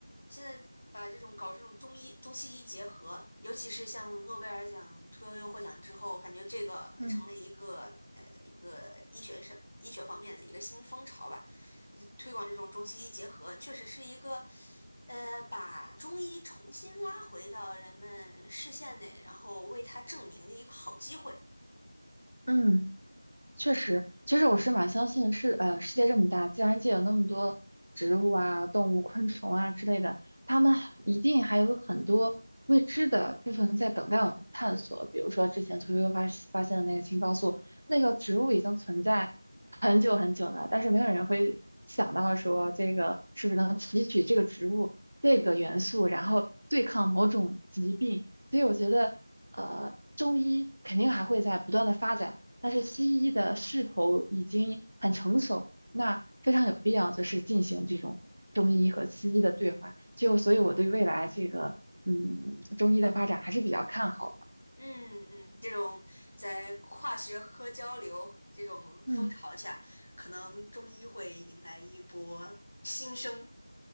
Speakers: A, on the left; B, on the right.
A: 现在把这种搞这种中医中西医结合，尤其是像诺贝尔奖屠呦呦获奖之后，感觉这个成了一个呃一个医学上医学方面的一个新风潮吧。
B: 嗯
A: 呃推广这种中西医结合，确实是一个呃把中医重新拉回到人们视线内，然后为它证明的一个好机会。
B: 嗯。确实，其实我是蛮相信世呃世界这么大，自然界有那么多植物啊、动物、昆虫啊之类的，它们还一定还有很多未知的部分在等待我们探索。比如说之前屠呦呦发发现的那个青蒿素，
A: 嗯
B: 那个植物已经存在很久很久了，但是没有人会想到说这个是不是能提取这个植物这个元素，然后对抗某种疾病。所以我觉得，呃，中医肯定还会在不断的发展。但是西医的势头已经很成熟，那非常有必要就是进行这种中医和西医的对话。就所以我对未来这个嗯中医的发展还是比较看好的。
A: 嗯嗯，这种在跨学科交流这种风潮下，
B: 嗯
A: 可能中医会迎来一波新生。